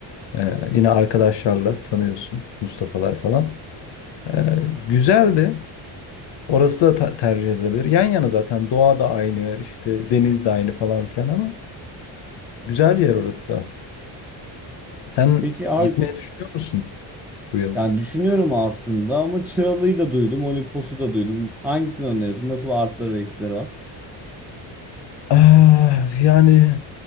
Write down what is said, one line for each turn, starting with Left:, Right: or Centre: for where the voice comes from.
Left: E, yine arkadaşlarla tanıyorsun Mustafa'lar falan. E, güzeldi. Orası da ta- tercih edilebilir. Yan yana zaten doğa da aynı, işte deniz de aynı falan filan ama güzel bir yer orası da. Sen
Centre: Peki abi
Left: gitmeyi düşünüyor musun bu yıl?
Centre: Yani düşünüyorum aslında ama Çıralı'yı da duydum, Olimpos'u da duydum. Hangisini önerirsin? Nasıl artıları ve eksileri var?
Left: Ah, yani